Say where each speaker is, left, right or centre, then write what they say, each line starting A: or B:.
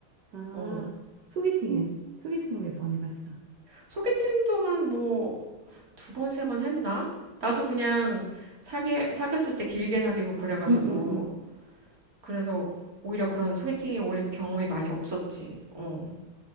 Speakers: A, on the right; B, on the right.
A: 아,
B: 어.
A: 소개팅은? 소개팅은 몇 번 해봤어.
B: 소개팅도 한 뭐, 두 번, 세번 했나? 나도 그냥 사귀, 사귀었을 때 길게 사귀고 그래가지고,
A: 응, 응, 응.
B: 그래서 오히려 그런 소개팅이 오히려 경험이 많이 없었지. 어.